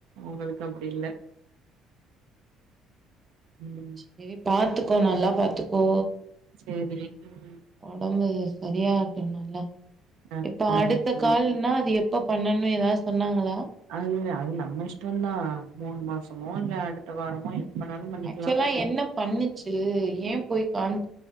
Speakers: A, on the right; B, on the right.
A: உங்களுக்கு அப்டி இல்ல ம்.
B: செரி பாத்து க்கோ நல்லா பாத்துக்கோ
A: சரி. ம்.
B: ஒடம்பு சரியாகட்டு நல்லா
A: ஆ
B: இப்ப
A: சரி,
B: அடுத்த
A: சரி.
B: கால்னா அது எ ப்ப பண்ணனு எதாது சொன்னாங்களா
A: அது அது நம்ம இஷ்டந்தா மூணு மாசமோ இல்ல அடுத்த வாரமோ எப்பனாலும் பண்ணிக்கலாம்.
B: ஆக்சுவலா என்ன பண்ணுச்சு எ போய் காண்